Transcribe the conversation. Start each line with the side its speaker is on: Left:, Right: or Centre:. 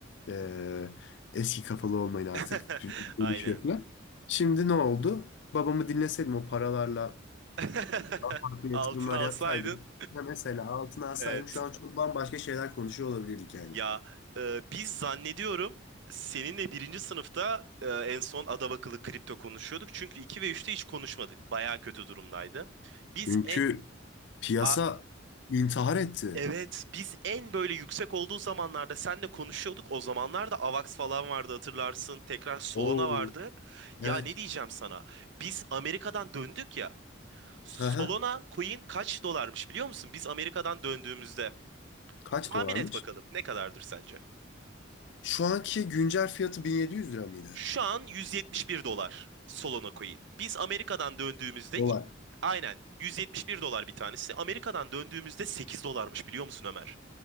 Left: e, eski kafalı olmayın artık
Right: <laughs>
Left: dünya değişiyor
Right: Aynen.
Left: falan. Şimdi ne oldu? Babamı dinleseydim o paralarla
Right: <laughs>
Left: farklı
Right: Altın
Left: yatırımlar
Right: alsaydın.
Left: yapsaydım. Ya mesela altına alsaydım
Right: Evet.
Left: şu an çok bambaşka şeyler konuşuyor olabilirdik yani.
Right: Ya e, biz zannediyorum seninle birinci sınıfta e, en son adabakılı kripto konuşuyorduk. Çünkü 2 ve üçte hiç konuşmadık. Baya kötü durumdaydı. Biz
Left: Çünkü
Right: en
Left: Piyasa
Right: a-
Left: intihar etti.
Right: evet biz en böyle yüksek olduğu zamanlarda seninle konuşuyorduk. O zamanlarda Avax falan vardı hatırlarsın. Tekrar Solana
Left: Oo.
Right: vardı. Ya
Left: Evet.
Right: ne diyeceğim sana? Biz Amerika'dan döndük ya. Solana
Left: Aha.
Right: coin kaç dolarmış biliyor musun? Biz Amerika'dan döndüğümüzde.
Left: Kaç
Right: Tahmin
Left: dolarmış?
Right: et bakalım ne kadardır sence?
Left: Şu anki güncel fiyatı 1700 lira mıydı?
Right: Şu an 171 dolar Solana coin. Biz Amerika'dan döndüğümüzde
Left: Dolar.
Right: ilk- aynen 171 dolar bir tanesi. Amerika'dan döndüğümüzde 8 dolarmış biliyor musun Ömer?